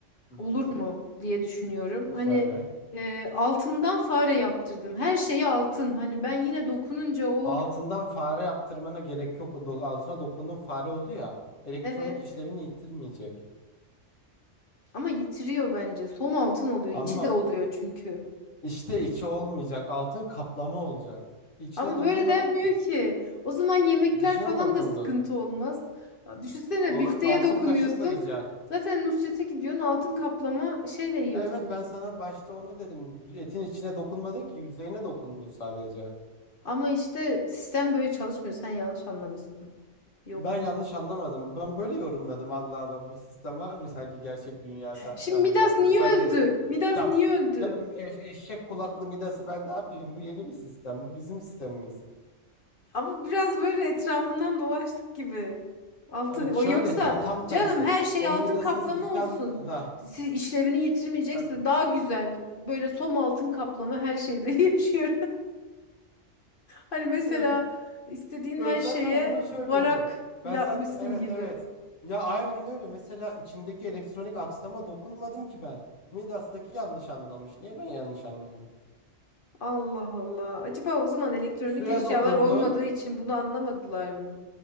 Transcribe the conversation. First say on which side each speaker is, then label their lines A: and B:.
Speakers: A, on the left (about 80°); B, on the left (about 45°).
A: Hı.
B: olur mu diye düşünüyorum.
A: Söyle.
B: Hani e, altından fare yaptırdım. Her şeyi altın. Hani ben yine dokununca o
A: Altından fare yaptırmana gerek yok. O do- altına dokundun fare oldu ya. Elektronik
B: evet
A: işlevini yitirmeyecek.
B: ama yitiriyor bence. Som altın oluyor. içi
A: Ama
B: de oluyor çünkü.
A: işte içi olmayacak. Altın kaplama olacak. İçine
B: Ama
A: dokunmadın
B: böyle denmiyor
A: ki.
B: ki. O zaman yemekler
A: Dışına
B: falan
A: dokundun.
B: da sıkıntı olmaz. Düşünsene
A: O
B: bifteye
A: altın
B: dokunuyorsun.
A: kaşıkla yiyeceksin.
B: Zaten Nusret'e gidiyorsun altın kaplama şeyle yiyorsun.
A: Evet ben sana başta onu dedim. Etin içine dokunmadın ki yüzeyine dokundun sadece.
B: Ama işte sistem böyle çalışmıyor. Sen yanlış anlamışsın. Yok.
A: Ben yanlış anlamadım. Ben böyle yorumladım. Allah Allah bu sistem var mı sanki gerçek dünyada
B: Şimdi
A: yanlış
B: Midas
A: anladım.
B: niye
A: Sanki
B: öldü? Midas
A: bir kitap.
B: niye öldü?
A: Ya eş- eşek kulaklı Midas'ı ben ne yapayım? Bu yeni bir sistem. Bu bizim sistemimiz.
B: Ama biraz böyle etrafından dolaştık gibi. Altın
A: Ee,
B: o
A: Şöyle
B: yoksa
A: ta- tam
B: canım
A: tersi.
B: her şey
A: O
B: altın
A: Midas'ın
B: kaplama
A: sistem...
B: olsun.
A: Ha,
B: Siz işlevini yitirmeyecekse
A: evet.
B: daha güzel. Böyle som altın kaplama her şeyde <laughs> yaşıyorum. Hani mesela
A: Hı,
B: istediğin
A: Ben
B: her
A: zaten
B: şeye
A: bunu söylüyorum.
B: varak yapmışsın
A: Ben zaten evet
B: gibi.
A: evet. Ya aynen öyle. Mesela içindeki elektronik aksama dokunmadım ki ben. Midas'taki yanlış anlamış. Niye ben yanlış anlıyorum?
B: Allah Allah. Acaba o zaman elektronik
A: Suya
B: eşyalar
A: dokundun.
B: olmadığı için bunu anlamadılar mı?